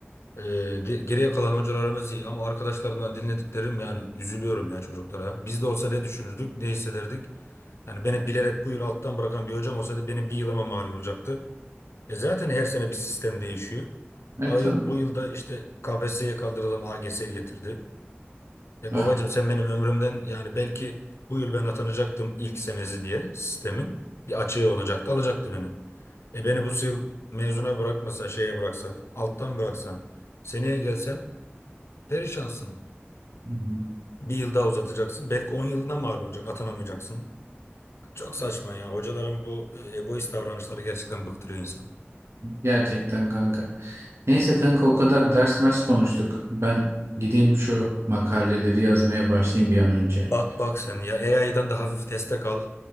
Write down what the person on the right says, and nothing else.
E
tabii.
Ha.
Hı hı.
Gerçekten kanka. Neyse kanka o kadar ders mers konuştuk. Ben gideyim şu makaleleri yazmaya başlayayım bir an önce.